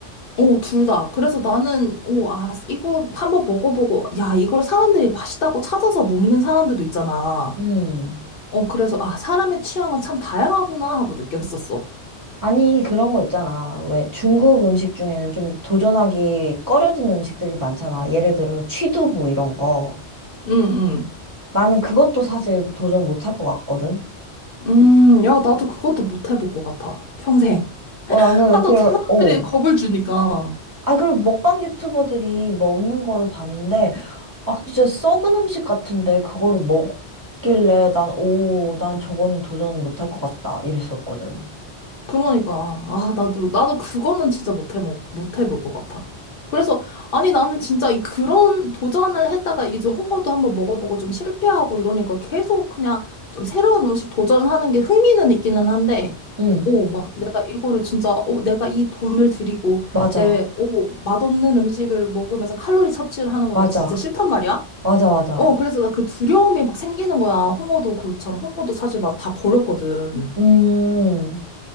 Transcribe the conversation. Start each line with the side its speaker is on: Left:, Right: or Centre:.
Left: 어, 둘 다. 그래서 나는, 어, 아, 이거 한번 먹어보고, 야, 이걸 사람들이 맛있다고 찾아서 먹는 사람들도 있잖아.
Right: 음.
Left: 어, 그래서, 아, 사람의 취향은 참 다양하구나 하고 느꼈었어.
Right: 아니, 그런 거 있잖아. 왜 중국 음식 중에는 좀 도전하기 꺼려지는 음식들이 많잖아. 예를 들어서 취두부 이런 거.
Left: 응,
Right: 나는 그것도 사실 도전 못 할 것 같거든.
Left: 응. 음, 야, 나도 그것도 못 해볼 것 같아. 평생.
Right: 어, 나는,
Left: 하도
Right: 그런,
Left: 사람들이
Right: 어.
Left: 겁을 주니까.
Right: 아, 그리고 먹방 유튜버들이 먹는 거를 봤는데, 아, 진짜 썩은 음식 같은데 그거를 먹길래 난, 오, 난 저거는 도전 못 할 것 같다. 이랬었거든.
Left: 그러니까 아 나도 나도 그거는 진짜 못해 뭐 못해 볼 것 같아. 그래서 아니 나는 진짜 이 그런 도전을 했다가 이제 홍어도 한번 먹어보고 좀 실패하고 이러니까 계속 그냥 좀 새로운 음식 도전하는 게 흥미는 있기는 한데
Right: 응,
Left: 오 막 내가 이거를 진짜 오 내가 이 돈을 들이고
Right: 맞아.
Left: 내오 맛없는 음식을 먹으면서 칼로리 섭취를 하는 거
Right: 맞아.
Left: 나 진짜 싫단 말이야.
Right: 맞아, 맞아.
Left: 어 그래서 나 그 두려움이 막 생기는 거야. 홍어도 그렇잖아. 홍어도 사실 막 다 버렸거든.
Right: 음,